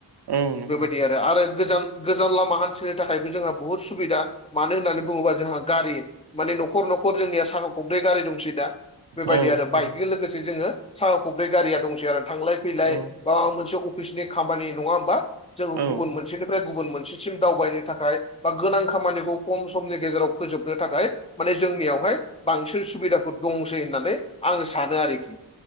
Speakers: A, on the right (about 75°); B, on the left (about 15°).
A: औ नों
B: बेफोर बायदि आरो आरो गोजाम गोजाम लामा हान्थिनो थाखायबो जोंहा बुहुद सुबिदा मानो होननानै बुङोबा जोंहा गारि माने न'खर न'खर जोंनिया साखा खब्रै गारि दंसै दा। बेफोर
A: औ
B: बायदि आरो बाइकजों
A: औ
B: लोगोसे जोङो साखा खब्रै गारिया दंसै आरो थांलाय फैलाय
A: औ
B: बा मोनसे अफिसनि खामानि नङा होमबा जोंङो
A: औ
B: गुबुन मोन मोनसेनिफ्राय गुबुन मोनसेसिम दावबायनो थाखाय बा गोनां खामानिखौ कम समनि गेजेराव फोजोबनो थाखाय माने जोंनियावहाय बांसिन सुबिदाफोर दंसै होननानै आं सानो आरोखि।